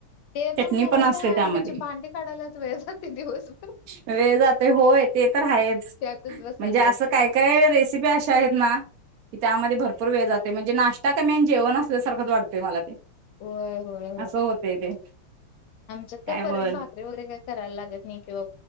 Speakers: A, on the left; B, on the right.
A: ते
B: चटणी
A: पण करायचं
B: असते
A: आहे.
B: त्यामध्ये
A: आणि त्याची भांडी काढायलाच वेळ जाते दिवस पण
B: वे जात होय ते तर आहेच
A: त्यातच बसायला
B: म्हणजे असं
A: लागते.
B: काय काय रेसिपी अशा आहेत ना. की त्यामध्ये भरपूर वेळ जाते म्हणजे नाश्ता का मेन जेवण असल्यासारखंच वाटतंय मला ते
A: होय होय होय
B: अस सो होतय ते
A: आमच्यात
B: काय
A: ते परत
B: बोल
A: भाकरी वगैरे काही करायला लागत नाही किंवा